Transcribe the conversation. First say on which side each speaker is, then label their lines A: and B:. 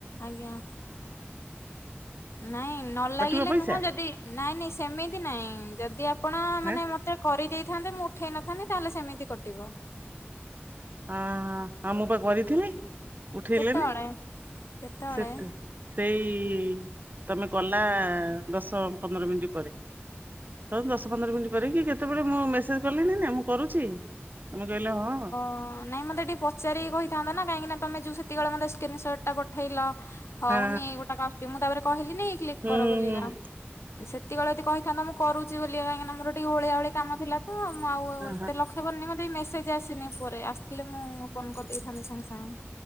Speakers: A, on the left (about 80°); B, on the right (about 45°).
A: ଆଜ୍ଞା।। ନାଇଁ ନ
B: କଟିବ
A: ଲାଗିଲେ
B: ପଇସା?
A: ନୁହଁ ଯଦି ନାଇଁ ନାଇଁ ସେମିତି ନାଇଁ ଯଦି ଆପଣ
B: ହଁ
A: ମାନେ ମ ମତେ କରିଦେଇଥାନ୍ତେ ମୁଁ ଉଠେଇ ନଥାନ୍ତି ତାହେଲେ ସେମିତି କଟିବ।
B: ହଁ, ହଁ ଆ ମୁଁ ପା କରିଥିଲି ଉଠେଇଲେନି
A: କେତେବେଳେ କେତେବେଳେ?
B: ସେତ ସେଇ ତମେ କଲା ଦଶ, ପନ୍ଦର ମିଣ୍ଟି ପରେ। ହୋଉ ଦଶ, ପନ୍ଦର ମିଣ୍ଟି ପରେ କି କେତେବେଳେ ମୁଁ ମେସେଜ କଲି ନିନା ମୁଁ କରୁଛି, ତମେ କହିଲ ହଁ।
A: ହଁ ନାଇଁ ମତେ ଟିକେ ପଚାରିକି କହିଥାନ୍ତ ନା କାହିଁକିନା ତମେ ଯୋଉ ସେତିକି ଅଳେ ମତେ ସ୍କ୍ରିିନସଟ ଟା ପଠେଇଲ। ହଉନି
B: ହୁଁ
A: ଏଇ ଗୋଟା କ ଆସୁଚି ମୁଁ ତାପରେ କିହିଲି ନି କ୍ଲିକ୍
B: ହୁଁ
A: କର ବୋଲିକା।
B: <inaudible>
A: ସେତିକିଅଳେ ଯଦି କହିଥାନ୍ତା ମୁଁ କରୁଚି ବୋଲିକା କହିଁକିନା ମୋର ଟିକେ ଓଳିଆ ଓଳି କାମ ଥିଲା ତ ମୁଁ ଆଉ ଓ
B: ହଁ
A: ଏତେ ଲକ୍ଷ କରିନି ମୋତେ ବି ମେସେଜ ଆସିନି ଉପରେ ଆସଥିଲେ ମୁଁ ଓପନ୍ କରିଦେଇଥାନ୍ତି ସାଙ୍ଗେ ସାଙ୍ଗେ।